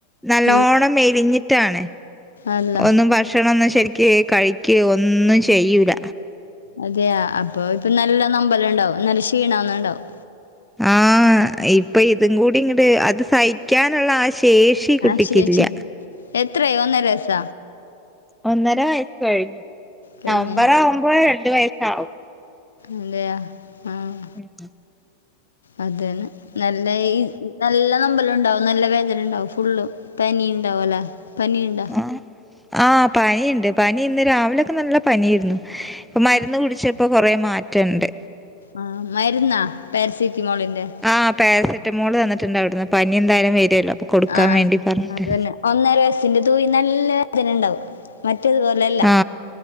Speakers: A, in the centre; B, on the left.
A: നല്ലോണ്ണം
B: ആഹ്.
A: മെലിഞ്ഞിട്ടാണ്
B: അള്ളാ.
A: ഒന്നും ഭക്ഷണം ഒന്ന് ശരിക്ക് കഴി കെ ഒന്നും ചെയ്യൂല
B: അതെയ അപ്പൊ ഇപ്പൊ നല്ല നമ്പലം ഉണ്ടാവും നല്ല ക്ഷീണന്നുണ്ടാവും
A: ആഹ് ഇപ്പ ഇതും കൂടി ഇങ്ങട്ട് അത് സഹിക്കാനുള്ള ആ ശേഷി കുട്ടിക്കില്ല
B: ആഹ് ചോച്ചി എത്രയ് ഒന്നരയ്സ്സ
A: ഒന്നര വയസ് കഴിഞ്ഞു
B: കഴിഞ്ഞ.
A: നവംബർ ആവുമ്പോ രണ്ടു വയസ്സാവും
B: അതെയ ആഹ്
A: <inaudible>
B: അതന്നെ നല്ല ഈ നല്ല നമ്പലം ഉണ്ടാവും നല്ല വേദന ഉണ്ടാവും ഫുള്ള് പനി ഉണ്ടാവല്ല പനി ഇണ്ട
A: ആഹ് ആഹ് പനിണ്ട് പനി ഇന്ന് രാവിലെക്കെ നല്ല പനിരുന്നു ഇപ്പ മരുന്ന് കുടിച്ചപ്പോ കൊറേ മാറ്റണ്ട്
B: ആഹ് മര്ന്നാ പാരസിറ്റിമോളിന്റെ
A: ആഹ് പേരസിറ്റമോള് തന്നിട്ടുണ്ടാവിടന്ന് പനി എന്തായാലും വരല്ലോ അപ്പൊ കൊടുക്കാൻ
B: ആഹ്
A: വേണ്ടി പറഞ്ഞിട്ട്
B: അതന്നെ ഒന്നര വയസ്സിന്റെ തൂയി നല്ല വേദണ്ടാവും മറ്റേ ഇതുപോലല്ല
A: ആ